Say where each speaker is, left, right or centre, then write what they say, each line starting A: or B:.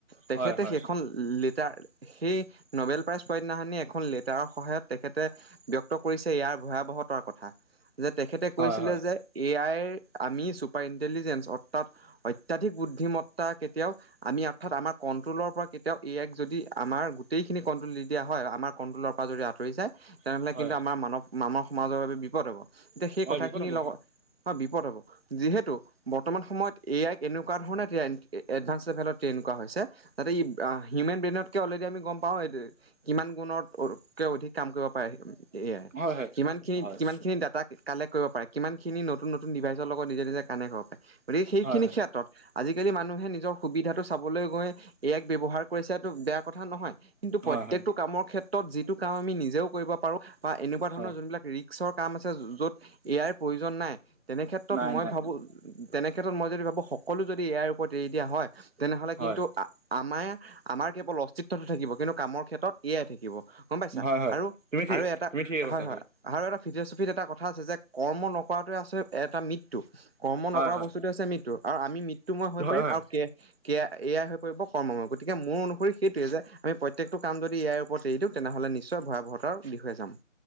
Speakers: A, on the right; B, on the right.
A: তেখেতে
B: হয় হয়
A: সেইখন লেটাৰ সেই নবেল প্ৰাইজ পোৱা দিনাখনি এখন লেটাৰৰ সহায়ত তেখেতে ব্যক্ত কৰিছে ইয়াৰ ভয়া য়তাৰ কথা যে, তেখেতে কৈছিলে
B: হয় হয়
A: যে এ আইৰ ৰ আমি চুপাৰ ইন্টেলিজেঞ্চ অৰ্থাৎ অত্যাধিক বুদ্ধিমত্তা কেতিয়াও আমি অৰ্থাৎ আমাৰ কণ্ট্ৰ'লৰ পৰা কেতিয়াও এ আই ক যদি আমাৰ গোটেইখিনি কণ্ট্ৰল দি দিয়া হয় আমাৰ কণ্ট্ৰলৰ পৰা যদি আঁত ৰি যায় তেনেহলে
B: হয়
A: কিন্তু
B: হয়
A: আমাৰ মানৱ মানৱ সমাজৰ বাবে বিপদ হ'ব, এতিয়া সেই
B: হয়
A: কথাখিনিৰ
B: বিপদ হ'ব
A: লগত হয়, বিপদ হ'ব যিহেতু বৰ্তমান সময়ত এ আইক এনেকুৱা ধৰণে এডভাঞ্চ লেভেলত ট্ৰেইন কৰা হৈছে যাতে ই হিউমেন ব্ৰেইনতকে অলৰেডি আমি গম পাওঁ এই কিমান গুণত <unintelligible> <unintelligible> অধিক কাম কৰিব পাৰে এ আয়ে
B: হয় হয়
A: সিমানখিনি
B: হয়
A: কিমানখিনি ডাটা কালেক্ট কৰিব পাৰে কিমান খিনি নতুন নতুন ডিভাইচৰ লগত নিজে নিজে কানেক্ট হব পাৰে গতিকে সেইখিনি
B: হয়
A: ক্ষেত্ৰত আজিকালি মানুহে নিজৰ সুবিধাটো চাবলৈ গৈ এ আইক ব্যয়ৱহাৰ কৰিছে এটো বেয়া কথা নহয় কিন্তু
B: হয়
A: প্ৰত্যেকটো
B: হয়
A: কামৰ ক্ষেত্ৰ ত যিটো কাম আমি নিজেও কৰিব পাৰো বা এনেকুৱা ধৰণৰ
B: হয়
A: যোনবিলাক ৰিক্সৰ কাম আছে য'ত এ আইৰ প্ৰয়োজন নাই তেনে ক্ষেত্ৰত
B: নাই
A: মই
B: নাই
A: ভাবো তেনেক্ষেত্ৰত মই যদি ভাবোঁ সকলো যদি এ আইৰ ওপৰত এৰি দিয়া হয় তেনেহ'লে
B: হয়
A: কিন্তু আমাৰ আ আমাৰ আমাৰ কেৱল অস্তিত্বটো থাকিব কিন্তু কামৰ ক্ষেত্ৰত এয়াই থাকিব। গম পাইছা
B: হয় হয়
A: আৰু
B: তুমি ঠিক
A: আৰু এটা
B: তুমি ঠিকে কৈছা
A: হয়, হয়, আৰু এটা ফিল'চফিত এটা কথা আছে যে কৰ্ম নকৰাটোৱে আচল এটা মৃত্যু কৰ্ম নকৰা
B: হয় হয়
A: বস্তুটোৱে হৈছে মৃত্যু। আৰু আমি মৃত্যুময় হৈ
B: হয়
A: পাৰিম
B: হয়
A: আৰু এ আই হৈ পৰিব কৰ্মময় গতিকে মোৰ অনুসৰি সেইটোৱেই যে, আমি প্ৰত্যেকটো কাম যদি এয়াইৰ ওপৰত এৰি দিওঁ তেনেহ'লে নিশ্চয় ভয়াৱহতাৰ বিষয়ে যাম।